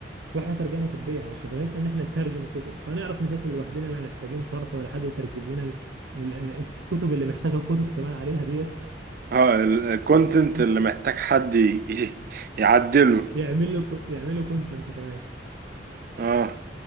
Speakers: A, on the right; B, on the right.
A: واحنا ترجمة طبية يعني شغلتنا ان احنا نترجم كتب فنعرف نذاكر لوحدنا لا محتاجين شرح ولا حد يترجم لنا ال- ال- الكتب اللي محتاجة كتب كمان عليها ديت
B: اه الكونتنت
A: <laughs>
B: اللي محتاج حد ي- <laughs> يعدله
A: يعمل له يعمل له كونتنت كمان
B: اه